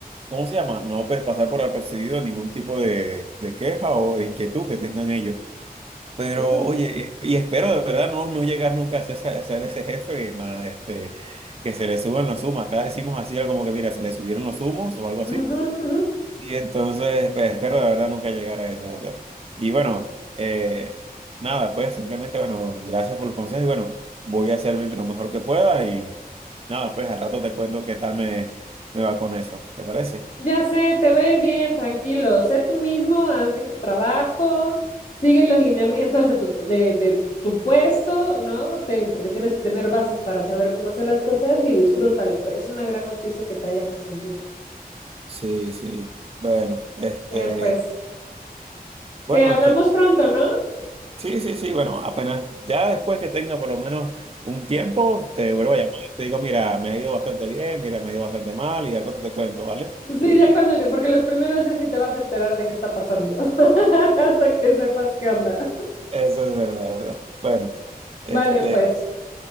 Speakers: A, on the right; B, on the left.
A: ¿cómo se llama? No pues, pasar por apercibido ningún tipo de, de queja o de inquietud que tengan ellos. Pero,
B: ujú,
A: oye, eh, y espero de verdad no, no llegar nunca a ser, esa- a ser ese jefe, más este, que se le suben los humos. Acá decimos así algo como que, mira, se le subieron los humos o algo así.
B: ujú, ujú.
A: Y entonces, pues, espero de verdad nunca llegar a eso, de ¿verdad? Y bueno, eh, nada, pues simplemente, bueno, gracias por los consejos y bueno, voy a hacer mi- lo mejor que pueda y nada, pues al rato te cuento qué tal me, me va con eso, ¿te parece?
B: Ya sé, te va a ir bien, tranquilo. Sé tú mismo, haz bien tu trabajo, sigue los lineamientos de tu, de, de tu puesto, ¿no? Te- porque tienes que tener bases para saber cómo hacer las cosas y disfrútalo. Es una gran noticia que te hayan ascendido.
A: Sí, sí. Bueno, este,
B: Bien, pues,
A: bueno,
B: que hablamos
A: este.
B: pronto, ¿no?
A: Sí, sí, sí, bueno, apenas, ya después que tenga por lo menos un tiempo, te vuelvo a llamar. Te digo, mira, me ha ido bastante bien, mira, me ha ido bastante mal y al rato te cuento, ¿vale?
B: Pues Sí, ya cuando que, porque los primeros días ni te vas a enterar de qué está pasando, <laughs> hasta que sepas qué onda.
A: Eso es verdad, ¿verdad? Bueno, este,
B: Vale, pues.